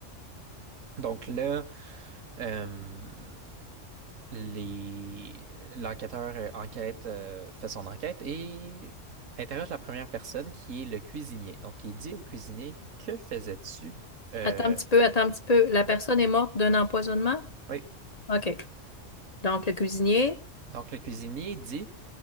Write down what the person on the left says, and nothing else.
Attends un petit peu, attends un petit peu. La
personne est morte d'un empoisonnement?
OK. Donc, le cuisinier,